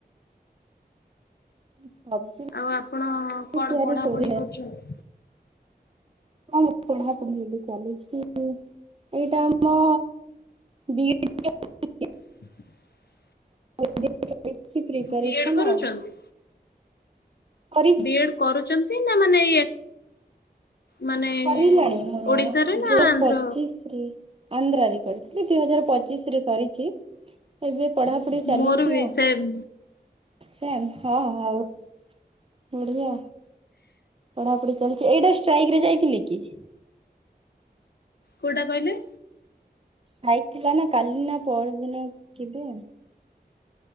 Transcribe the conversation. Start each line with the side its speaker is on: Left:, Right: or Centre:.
Right: <unintelligible>
Left: ଆଉ ଆପଣ
Right: ବି
Left: କଣ
Right: ତିଆରି
Left: ପଢାପଢି
Right: କରେ
Left: କରୁଚନ୍ତି?
Right: କଣ ପଢାପଢି ଏବେ ଚାଲିଛି? ଏଇଟା ଆମ ବି <unintelligible>
Left: <inaudible>
Right: <unintelligible> ପ୍ରିପରେସନ୍
Left: ବି ଏଡ୍ କରୁଛନ୍ତି?
Right: ଆଉ। କରିଛି
Left: ବି ଏଡ୍ କରୁଛନ୍ତି ନା ମାନେ ମାନେ
Right: ସାରିଲାଣି ମୋର
Left: ଓଡିଶାରେ
Right: ଦିଇ
Left: ନା
Right: ହଜାର
Left: ଆନ୍ଧ୍ର?
Right: ପଚିଶ ରେ। ଆନ୍ଧ୍ରାରେ କରିଥିଲି ଦୁଇ ହଜାର ପଚିଶରେ ସରିଚି। ଏବେ ପଢାପଢି ଚାଲିଛି
Left: ମୋର ବି
Right: ଆଉ
Left: ସେମ୍
Right: ସେ ହଁ ଆଉ। ବଢିଆ ପଢାପଢି ଚାଲିଛି ଏଇଟା ଷ୍ଟ୍ରାଇକ ରେ ଯାଇଥିଲେ କି?
Left: କୋଉଟା କହିଲେ?
Right: ଖାଇଥିଲା ନା କାଲି ନା ପରଦିନ କେବେ?